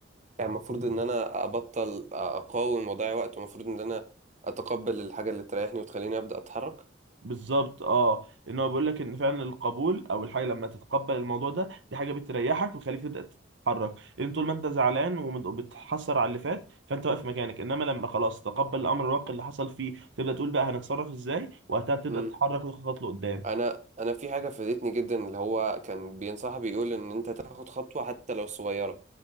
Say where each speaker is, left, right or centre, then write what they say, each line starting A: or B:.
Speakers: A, on the right (about 40°); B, on the right (about 80°).
A: يعني المفروض ان انا ابطل اقاوم واضيع وقت ومفروض ان انا اتقبل الحاجه اللي تريحني وتخليني ابدا اتحرك
B: بالظبط اه ان هو بيقول لك ان فعلا القبول او الحاجه لما تتقبل الموضوع ده دي حاجه بتريحك وتخليك تبدا تتحرك لان طول ما انت زعلان ومت- وبتحسر على اللي فات فانت واقف مكانك انما لما خلاص تقبل الامر الواقع اللي حصل فيه تبدا تقول بقى هنتصرف ازاي وقتها بتبدا
A: مم.
B: تتحرك وتاخد خطوه لقدام
A: انا انا في حاجه فادتني جدا اللي هو كان بينصح بيقول ان انت تاخد خطوه حتى لو صغيره